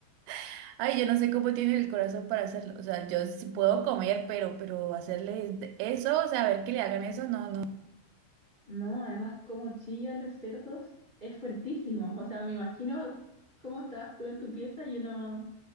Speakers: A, on the right; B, on the right.
A: <laughs> ay, yo no sé cómo tienen el corazón para hacerlo. O sea, yo sí puedo comer, pero, pero hacerles eso, o sea, a ver que le hagan eso, no, no.
B: No, además como chillan los cerdos es fuertísimo. O sea, me imagino cómo estabas tú en tu pieza, yo no,